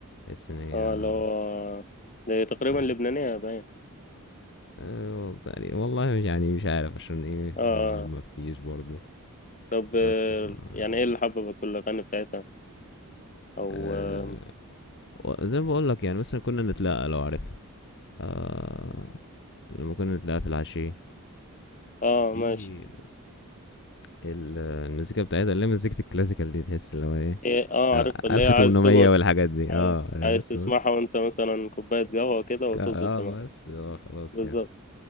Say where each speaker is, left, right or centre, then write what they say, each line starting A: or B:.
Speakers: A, on the left (about 55°); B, on the left (about 35°).
A: بحس ان هي
B: اه اللي هو آه، ده تقريبا
A: اه
B: لبنانيه باين
A: آه، تقريبا والله مش يعني مش عارف عشان ايه
B: اه آه.
A: ما مفتيش برضو
B: طب آه،
A: بس آه،
B: يعني ايه اللي حببك في الاغاني بتاعتها او
A: آه،
B: اه
A: و- زي ما بقول لك يعني مثلا كنا نتلاقى لو عارفها آه، لما كنا نتلاقى في العشية
B: آه،
A: دي
B: ماشي
A: ال- المزيكا بتاعتها اللي هي مزيكة الكلاسيكال دي تحس اللي هو ايه
B: إيه اه عارف اللي
A: ألف
B: هي عايز
A: تمنمية
B: تقعد
A: والحاجات دي
B: عايز
A: اه لا
B: عايز
A: بس
B: تسمعها
A: بص
B: وانت مثلا كوبايه قهوه كده وتظبط
A: ك- اه
B: دماغك
A: بس اه خلاص
B: بالظبط
A: كده